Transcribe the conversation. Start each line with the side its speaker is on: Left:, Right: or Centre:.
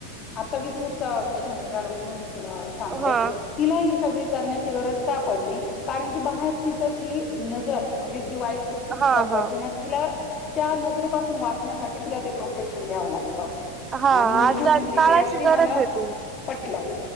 Left: आता विधवेचा विषय निघाला म्हणून मी तुला सांगते
Right: हा
Left: तिला ही सगळ करण्याची गरज का पडली कारण कि बाहेरची तशी नजर म्हंजे जी वाईट दृष्टी तिच्याव
Right: हा
Left: पडते
Right: हा
Left: ना तिला त्या नजरेपासून वाचण्यासाठी तिला ते प्रोटेक्शन घ्यावं लागत
Right: हा
Left: आणि
Right: आज
Left: तू म्हंणली
Right: काळाची
Left: ते अगदी मला
Right: गरज आहे ती
Left: पटलं